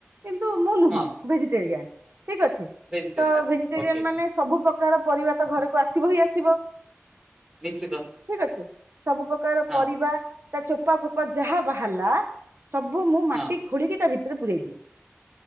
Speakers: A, on the right (about 60°); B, on the right (about 20°).
A: କିନ୍ତୁ ମୁଁ ନୁହଁ
B: ହଁ
A: ଭେଜିଟେରିଆନ ଠିକ ଅଛି
B: ଭେଜରେ
A: ତ
B: ଆଚ୍ଛା
A: ଭେଜିଟେରିଆନ
B: ଓକେ
A: ମାନେ ସବୁ କା ପରିବା ତ ଘରକୁ ଆସିବ ହିଁ ଆସିବ।
B: ନିଶ୍ଚିତ।
A: ଠିକ ଅଛି ସବୁ ପ୍ରକାର
B: ହଁ
A: ପରିବା ତା ଚୋପା ଫୋପା ଯାହା ବାହାରିଲା ସବୁ ମୁଁ ମାଟି
B: ହଁ
A: ଖୋଳିକି ତା ଭିତରେ ପୂରାଇ ଦିଏ।